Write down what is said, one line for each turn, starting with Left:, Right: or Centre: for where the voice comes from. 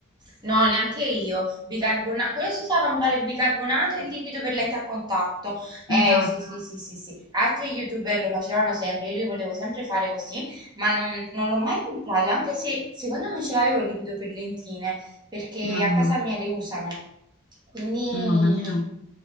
Right: No, neanche io. Bicarbona- Quello si usava, mi pare, il bicarbonato e il liquido per letti a contatto. Eh,
Left: Esatto,
Right: sì, sì, sì, sì, sì. Altri YouTuber lo facevano sempre, io li volevo sempre fare così, ma non, non l'ho mai comprato, anche se secondo me ce l'avevo il liquido per lentine, perché
Left: no,
Right: a
Left: no,
Right: casa
Left: no,
Right: mia le usano. Quindi,
Left: no, da me no.